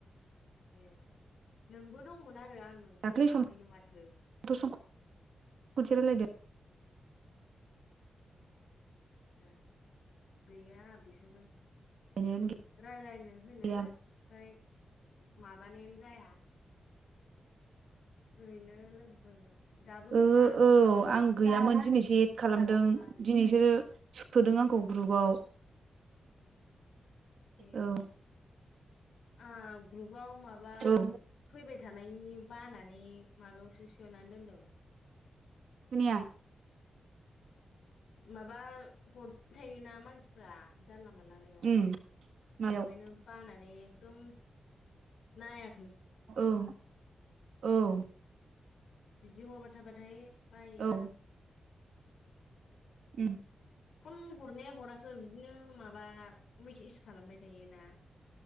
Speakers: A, on the left; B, on the right.
A: ए नोंबो दं मोना रो आं नोंखौ
B: दाख्लै
A: नुवाखैनो माथो
B: समथ' सम खनसे रायलायदों
A: ओं गैया बिसोरजों
B: रायलायनायानो
A: रालायनो होनो
B: गैया
A: ओमफ्राय माबानायानो जाया ओरैनो लोगोफोरजों दाबो गैया
B: ओ
A: आंना
B: औ आं
A: आंबो
B: गैयामोन
A: रायलायाखैनो
B: दिनैसो एद खालामदों
A: बायो
B: दिनैसो सोदों आंखौ ग्रुपाव
A: ए
B: औ
A: आ ग्रुपाव माबा
B: औ
A: फैबाय थानायनि बानानै माबायावसो सोना दोनदों
B: खोनाया
A: माबा हरबाय थायोना मानसिफ्रा जानला मोनलानो
B: उम मायाव
A: ओंखायनो बानानै उम नाया
B: औ औ
A: बिदि हरबाय थाबाथाय बायोया
B: औ उम
A: फन हरनाया हराखै बिदिनो माबा मेसेज खालामबाय थायोना